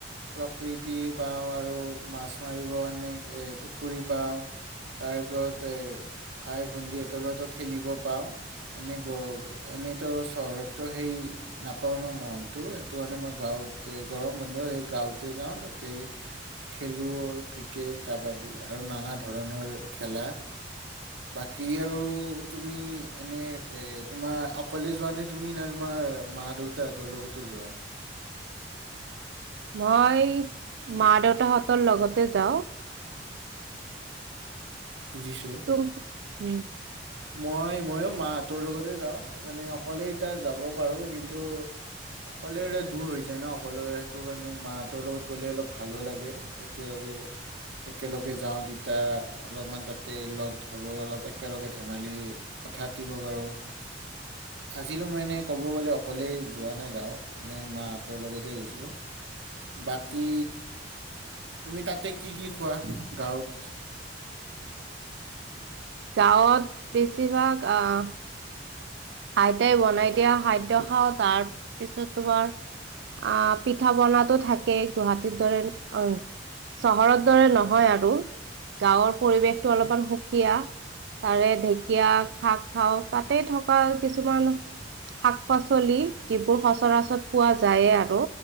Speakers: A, on the right; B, on the right.
A: প্ৰকৃতি পাওঁ আৰু মাছ মাৰিব এনে পুখুৰী পাওঁ তাৰে ওপৰত ভাই ভণ্ন্দি এতলত খেলিব পাওঁ এনে এনেইতো চহৰততো সেই নাপাওঁ ন মহলটো সেইটো কাৰণে মই গাঁৱত গৰম বন্ধু সেই গাঁওঁতে যাওঁ তাতে খেলো ক্ৰিকেট কাবাডী আৰু নানা ধৰণৰ খেলা বাকী আৰু তুমি এনে এ তোমাৰ অকলে যোৱা নে তুমি না তোমাৰ মা দেউতাহঁতৰ লগতো যোৱা
B: মই মা দেউতাহঁতৰ লগতে যাওঁ
A: বুজিছো
B: তুম উম
A: মই ময়ো মাহঁতৰ লগতে যাওঁ মানে অকলে এতিয়া যাব পাৰো কিন্তু অকলে এতিয়া দূৰ হৈ যায় ন অকলে সেইটো কাৰণে মাহঁতৰ লগত গ'লে অলপ ভালো লাগে একেলগে একেলগে যাওঁ তিতা অলপমান তাতে লগ ধৰো অলপ একেলগে ধেমালি কথা পাতিব পাৰো আজিলো মই এনে ক'ব গলে অকলেই যোৱা নাই গাঁও এনেই মাহঁতৰ লগতে গৈছোঁ বাকী তুমি তাতে কি কি খোৱা গাঁৱত
B: গাঁৱত বেছিভাগ আহ আইতাই বনাই দিয়া খাদ্য খাওঁ তাৰ পিছত তোমাৰ আহ পিঠা পনাতো থাকে গুৱাহাটীৰ দৰে অ চহৰ দৰে নহয় আৰু গাঁৱৰ পৰিৱেশতো অলপমান সুকীয়া তাৰে ঢেকীয়া শাক খাও তাতে থ এনেকুবা কিছুমান শাক পাচলি যিবোৰ সচৰাচত পোৱা যায় আৰু